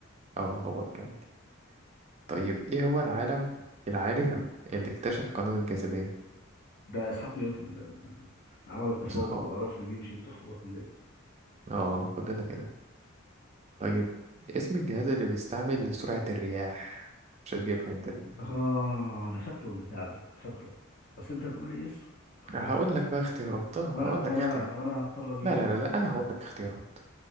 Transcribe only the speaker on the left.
ده اسحاق نيوتن ده اللي عمل التفاضل
وقرفني بيه وشيلته فوق الكلية
اه انا فاكره البتاع ده فاكره بس انت تقول لي اسم اختيارات
وانا
وانا
وانا هضطر اجيبه
بقى